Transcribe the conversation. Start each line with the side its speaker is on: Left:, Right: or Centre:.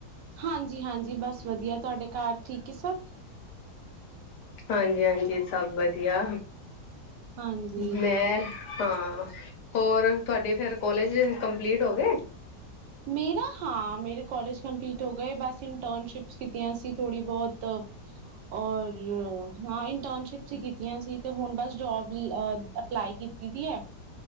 Right: ਹਾਂਜੀ, ਹਾਂਜੀ ਬਸ ਵਧੀਆ। ਤੁਹਾਡੇ ਘਰ ਠੀਕ ਏ ਸਭ?
Left: ਹਾਂਜੀ, ਹਾਂਜੀ ਸਭ ਵਧੀਆ।
Right: ਹਾਂਜੀ।
Left: ਮੈਂ ਹਾਂ ਹੋਰ ਤੁਹਾਡੇ ਫੇਰ ਕੋਲੇਜ ਕੰਪਲੀਟ ਹੋ ਗਏ?
Right: ਮੇਰਾ ਹਾਂ ਮੇਰੇ ਕੋਲਜ ਕੰਪਲੀਟ ਹੋ ਗਏ ਬਸ ਇੰਟਰਨਸ਼ਿਪਸ ਕੀਤੀਆਂ ਸੀ ਥੋੜ੍ਹੀ ਬਹੁਤ
Left: ਹ <inaudible>
Right: ਔਰ ਹਾਂ ਇੰਟਰਨਸ਼ਿਪ ਚ ਕੀਤੀ ਆਂ ਸੀ ਤੇ ਹੁਣ ਬਸ ਜੋਬ ਅ ਅਪਲਾਈ ਕੀਤੀ ਦੀ ਹੈ <unintelligible>